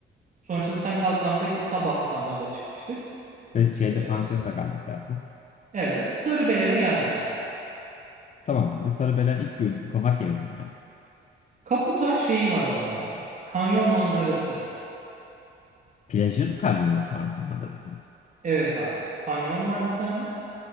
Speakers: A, on the right; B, on the left.
A: Sonuçta zaten kalkanda sabahtan yola çıkmıştık.
B: Ve şeyde
A: Ee,
B: pansiyonda kaldık zaten.
A: evet. Sarıbelen'e geldik abi.
B: Tamam abi. Sarıbelen ilk gün konak yerimiz mi?
A: Kaputaş şeyi var orada abi. Kanyon manzarası var.
B: Plajın kanyon mar- manzarası mı?
A: Evet abi. Kanyon var bir tane.